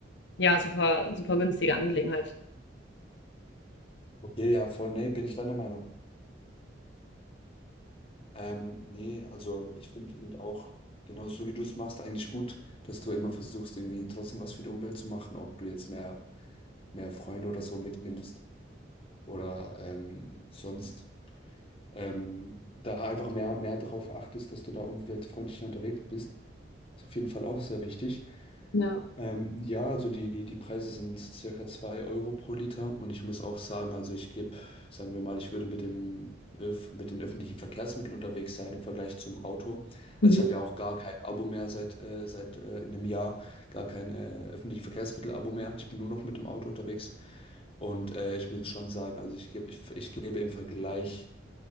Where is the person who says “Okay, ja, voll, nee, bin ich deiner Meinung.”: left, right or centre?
Left